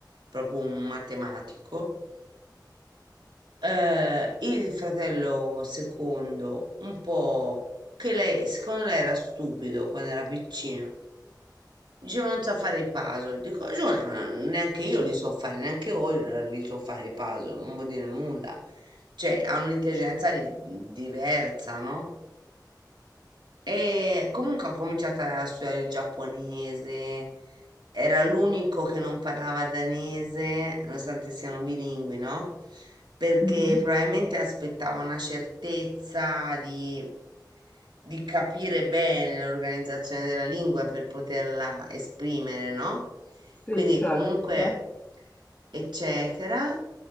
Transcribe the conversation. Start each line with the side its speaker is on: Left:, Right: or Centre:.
Right: proprio un matematico. Eh, il fratello secondo, un po' che lei, secondo lei era stupido quando era piccino, Diceva non sa fare i puzzle. Dico, Giulia, ma neanche io li so fare, neanche voi eh, li so fare i puzzle, non vuol dire nulla. Cioè, ha un'intelligenza di- diversa, no? E comunque ho cominciato a studiare il giapponese, era l'unico che non parlava danese, nonostante siano bilingui, no? Perché
Left: Mhm.
Right: probabilmente aspettava una certezza di, di capire bene l'organizzazione della lingua per poterla esprimere, no?
Left: Sì,
Right: quindi
Left: certo.
Right: comunque eccetera.